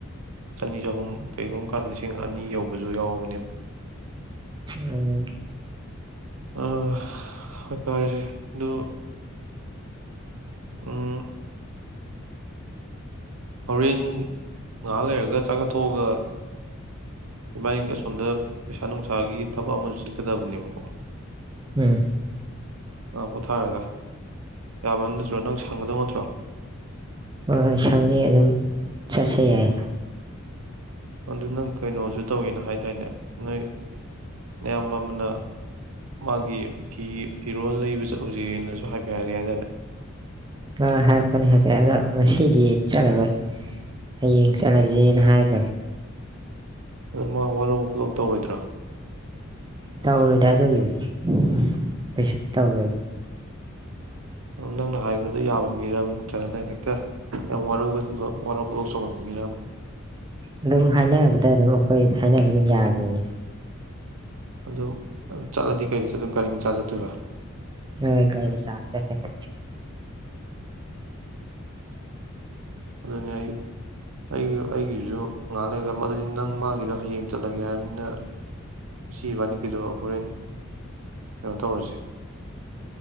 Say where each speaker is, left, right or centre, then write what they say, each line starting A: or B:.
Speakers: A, on the right; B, on the right.
A: ꯆꯅꯤ ꯆꯍꯨꯝ ꯀꯩꯒꯨꯝꯕ ꯀꯥꯟꯗ ꯂꯤꯁꯤꯡ ꯑꯅꯤ ꯌꯧꯕꯁꯨ ꯌꯥꯎꯕꯅꯦꯕ
B: ꯎꯝ
A: ꯑꯥ ꯍꯣꯏ ꯐꯔꯦꯁꯦ ꯑꯗꯨ ꯑꯥ ꯍꯣꯔꯦꯟ ꯉꯥꯏꯍꯥꯛ ꯂꯩꯔꯒ ꯆꯥꯛ ꯆꯥꯊꯣꯛꯑꯒ ꯏꯕꯥꯟꯅꯤꯗꯤ ꯑꯁꯣꯝꯗ ꯄꯩꯁꯥ ꯅꯨꯡꯁꯥꯒꯤ ꯊꯕꯛ ꯑꯃꯁꯨ ꯆꯠꯀꯗꯕꯅꯦꯕꯀꯣ꯫
B: ꯎꯝ
A: ꯉꯥꯏꯍꯛ ꯄꯣꯊꯔꯒ ꯌꯥꯕ ꯅꯠꯇ꯭ꯔꯣ ꯅꯪ ꯁꯪꯒꯗꯧ ꯅꯠꯇ꯭ꯔꯣ꯫
B: ꯍꯣꯏ ꯍꯣꯏ ꯁꯪꯅꯤꯌꯦ ꯑꯗꯨꯝ ꯆꯠꯁꯦ ꯌꯥꯏ꯫
A: ꯑꯗꯨ ꯅꯪ ꯀꯩꯅꯣꯁꯨ ꯇꯧꯏꯅ ꯍꯥꯏꯗꯥꯏꯅꯦ ꯅꯣꯏ ꯑꯌꯥꯝꯕ ꯑꯃꯅ ꯃꯥꯒꯤ ꯐꯤ ꯐꯤꯔꯣꯜ ꯂꯩꯕ ꯆꯠꯂꯨꯁꯅꯁꯨ ꯍꯥꯏꯐꯠ ꯍꯥꯏꯔꯛꯏ ꯍꯥꯏꯗꯥꯏꯅꯦ꯫
B: ꯅꯍꯥꯟ ꯍꯥꯏꯔꯛꯄꯅꯤ ꯍꯥꯏꯐꯦ ꯑꯗꯣ ꯉꯁꯤꯗꯤ ꯆꯠꯂꯔꯣꯏ ꯍꯌꯦꯡ ꯆꯠꯂꯁꯦꯅ ꯍꯥꯏꯈ꯭ꯔꯝꯅꯤ꯫
A: ꯑꯗꯨ ꯃꯥ ꯋꯥꯔꯧ ꯄꯨꯂꯧ ꯇꯧꯔꯣꯏꯗ꯭ꯔꯣ꯫
B: ꯇꯧꯔꯣꯏꯗ ꯑꯗꯨꯒꯤꯕꯨꯗꯤ ꯀꯩꯁꯨ ꯇꯧꯔꯣꯏꯕ꯫
A: ꯑꯗꯨꯝ ꯅꯪꯅ ꯍꯥꯏꯕꯗ ꯌꯥꯕ ꯃꯤꯔꯕ ꯅꯠꯇ꯭ꯔꯒꯅ ꯍꯦꯛꯇ ꯌꯥꯝ ꯋꯥꯔꯧꯒꯟꯕ ꯋꯥꯔꯧ ꯄꯨꯂꯧ ꯆꯥꯎꯒꯟꯕ ꯃꯤꯔꯕ꯫
B: ꯑꯗꯨꯝ ꯍꯥꯏꯅꯕꯗ ꯑꯗꯨꯝ ꯑꯩꯈꯣꯏ ꯍꯥꯏꯅꯕ ꯑꯗꯨꯝ ꯌꯥꯕꯅꯦꯃꯤ꯫
A: ꯑꯗ ꯆꯠꯂꯗꯤ ꯀꯩꯗ ꯆꯠꯇꯣꯏꯕ ꯒꯥꯔꯤ ꯃꯆꯥ ꯆꯠꯇꯣꯏꯕ꯫
B: ꯍꯣꯏ ꯒꯥꯔꯤ ꯃꯆꯥꯗ ꯆꯠꯀꯅꯤ꯫
A: ꯑꯗꯨꯅꯤ ꯑꯩ ꯑꯩꯒꯤ ꯑꯩꯒꯤꯗꯨꯁꯨ ꯉꯥꯏꯍꯥꯛ ꯂꯩꯒ ꯑꯗꯨꯅꯤ ꯅꯪ ꯃꯥꯒꯤꯗꯣ ꯍꯌꯦꯡ ꯆꯠꯂꯒꯦ ꯍꯥꯏꯕꯅꯤꯅ ꯉꯁꯤ ꯏꯕꯥꯅꯤꯒꯤꯗꯣ ꯍꯣꯔꯦꯟ ꯀꯩꯅꯣ ꯇꯧꯔꯁꯦ